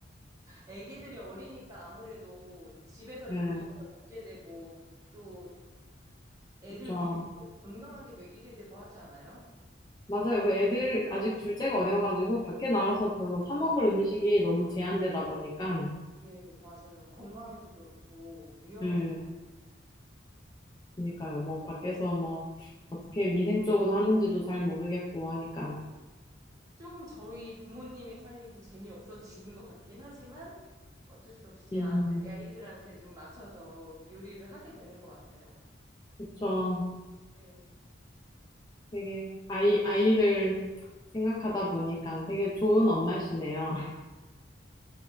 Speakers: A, on the right; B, on the left.
A: 애기들이 어리니까 아무래도 집에서
B: 네,
A: 요리해서 먹게 되고 또 애들
B: 그쵸.
A: 위주로 건강하게 먹이게 되고 하지 않아요?
B: 맞아요. 그 애들 아직 둘째가 어려가지고 밖에 나가서 별로 사 먹을 음식이 너무 제한되다 보니까.
A: 네, 맞아요. 건강에도 그렇고 위험하기도
B: 네,
A: 하고.
B: 그니까요. 뭐 밖에서 뭐 어떻게 위생적으로 하는지도 잘 모르겠고 하니까.
A: 조금 저희 부모님의 삶이 좀 재미없어지는 것 같긴 하지만 어쩔 수 없이
B: 음,
A: 아들, 아이들한테 좀 맞춰서 요리를 하게 되는 것 같아요.
B: 그쵸.
A: 네.
B: 되게 아이 아이를 생각하다 보니까 되게 좋은 엄마시네요.